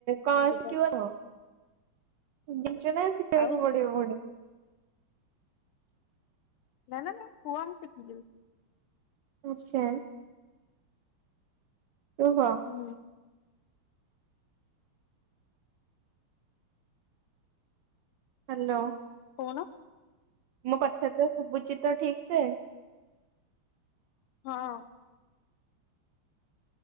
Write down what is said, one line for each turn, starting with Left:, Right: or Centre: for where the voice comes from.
Right: କଁ
Left: ଇପିଟା?
Right: ଶିକିବ କଁ? ଜାଣିଚ ନା ଶିକ୍ ଶିକେଇବାକୁ
Left: ଆଉ
Right: ପଡିବ ପୁଣି।
Left: ନା- ନା- ନା କୁହନ୍ତୁ ଶିକିଯିବି।
Right: ଉଚାଲ୍‌‌। ତୁ କହ।
Left: ହୁଁ।
Right: ହାଲୋ।
Left: କଣ?
Right: ମୋ କଥା ତ ଶୁବୁଚି ତ ଠିକ୍ ସେ?
Left: ହଁ।